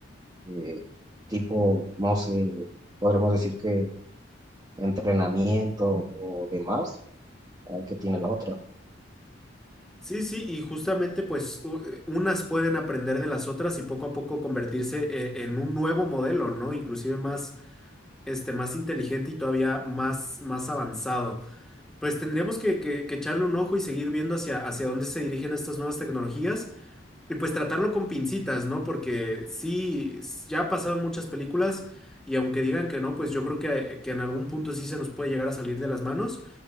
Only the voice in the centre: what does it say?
Sí, sí, y justamente pues u- unas pueden aprender de las otras y poco a poco convertirse eh, en un nuevo modelo, ¿no? Inclusive más este, más inteligente y todavía más, más avanzado. Pues tendríamos que, que- que echarle un ojo y seguir viendo hacia, hacia dónde se dirigen estas nuevas tecnologías y pues tratarlo con pincitas, ¿no? Porque sí, s- ya ha pasado en muchas películas y aunque digan que no, pues yo creo que, que en algún punto sí se nos puede llegar a salir de las manos,